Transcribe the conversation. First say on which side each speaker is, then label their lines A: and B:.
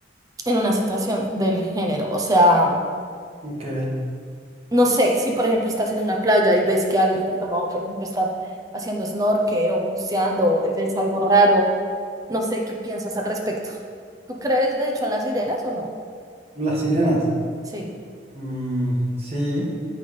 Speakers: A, on the right; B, on the right.
A: en una situación del género. O sea,
B: Ok.
A: no sé, si por ejemplo estás en una playa y ves que alguien que ha tomado, por ejemplo, está haciendo snorkel o buceando o ves algo raro, no sé qué piensas al respecto. ¿Tú crees de hecho en las sirenas o no?
B: Las sirenas.
A: Sí,
B: Mm, sí.